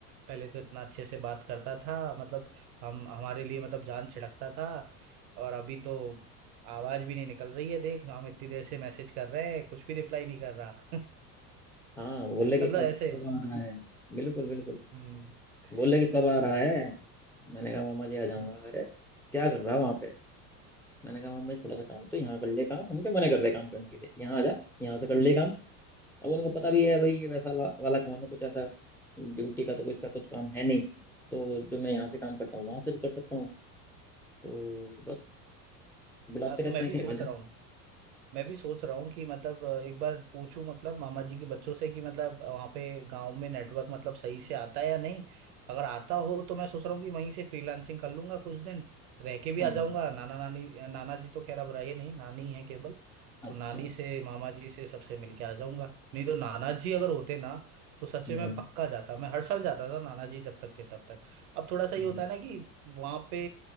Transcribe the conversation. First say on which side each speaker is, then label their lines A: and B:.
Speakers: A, on the right; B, in the centre.
A: पहले तो इतना अच्छे से बात करता था मतलब हम हमारे लिए मतलब जान छिड़कता था और अभी तो आवाज भी नहीं निकल रही है देख हम इतनी देर से मैसेज कर रहे हैं कुछ भी रिप्लाई नहीं कर रहा <laughs>
B: हाँ बोले कि
A: मतलब
B: कब
A: ऐसे
B: कब आ रहा है बिल्कुल बिल्कुल
A: हम्म
B: बोले कि कब आ
A: तो
B: रहा
A: अब
B: है
A: तो
B: मैंने कहा मामा जी आ जाऊंगा
A: हम्म,
B: अरे क्या कर रहा है वहां पे मैंने कहा मामा जी थोड़ा सा काम तो यहाँ कर ले काम हम क्या मना कर रहे हैं काम करने के लिए यहाँ आ जा यहाँ से कर ले काम अब उनको पता भी है भाई ये वैसा ला- वाला काम है कुछ ऐसा ड्यूटी का तो कुछ का कुछ काम है नहीं तो जो मैं यहाँ से काम करता हूँ वहां से भी कर सकता हूँ तो बस बुलाते
A: अब तो
B: रहते
A: मैं
B: हैं
A: भी
B: कि
A: सोच
B: आ जा
A: रहा हूँ मैं भी सोच रहा हूँ कि मतलब अ, एक बार पूछूं मतलब मामा जी के बच्चों से कि मतलब वहाँ पे गांव में नेटवर्क मतलब सही से आता है या नहीं अगर आता हो तो मैं सोच रहा हूँ कि वहीं से फ्रीलांसिंग कर लूंगा कुछ दिन रह के भी
B: हम्म,
A: आ जाऊंगा नाना नानी नाना जी तो खैर अब रहे नहीं नानी है केवल
B: अच्छा
A: तो नानी से मामा जी से सबसे मिलके आ जाऊंगा नहीं तो नाना जी अगर होते ना तो सच
B: हम्म
A: में मैं पक्का जाता मैं हर साल जाता था नाना जी जब तक थे तब तक अब थोड़ा सा ये
B: हम्म,
A: होता है ना कि वहाँ पे